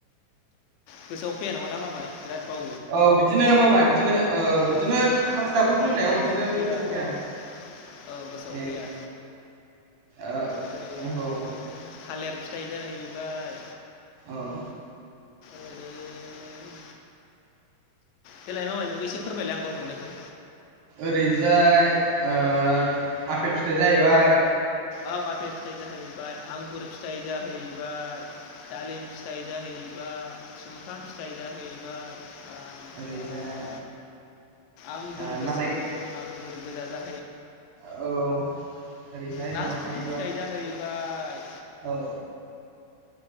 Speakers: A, on the left; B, on the right.
A: गोसोआव फैया नङा ना मामाय बिराद बाव
B: औ बिदिनो मा माय बिदिनो ओ बिदिनो
A: औ
B: हाखु दाखु
A: नांगौ
B: बुंनायाव
A: टाइमाव
B: बिदिनो गोसोआव फैया
A: औ औ गोसोआव
B: ए
A: फैया
B: ओ
A: ओरैनो
B: औ
A: थालिर फिथाइ जाहैबाय
B: औ।
A: ओरै देलाय मामाय नोंबो एसे फोरमायलाय आं बावहरनायखौ
B: ओरैजाय ओ आपेल फिथाइ जाहैबाय
A: आव आफेल फिथाइ जाहैबाय आंगुर फिथाइ जाहैबाय दालिम फिथाइ जाहैबाय सुमफ्राम फिथाइ जाहैबाय आमफ्राय
B: ओरैजाय
A: आमगुर
B: ओ
A: गोसोम
B: नारें
A: आमगुर गोजा जा
B: औ। ओरैहाय
A: नासथुटि
B: माबा थाहैबाय
A: फिथाइ जाहैबाय
B: औ